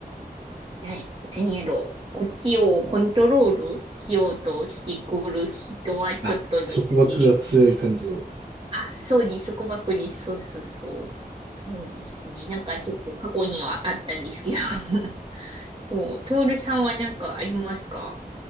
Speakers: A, on the right; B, on the right.
A: はい。テニエロ、こっちをコントロールしようとしてくる人はちょっと苦手です。
B: あ、束縛が強い感じの。
A: あ、そうです。束縛です。そうそうそう。そうですね。なんかちょっと過去にはあったんですけど。<laughs> もう、トールさんは何かありますか